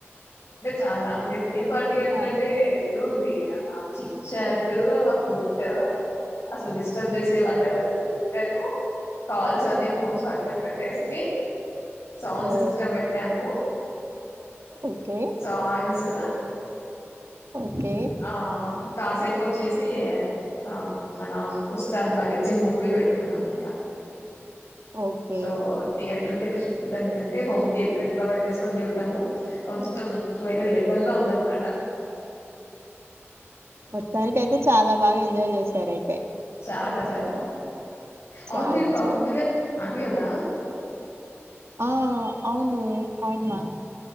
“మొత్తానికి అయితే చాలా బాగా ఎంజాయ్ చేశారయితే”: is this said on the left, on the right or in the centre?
Right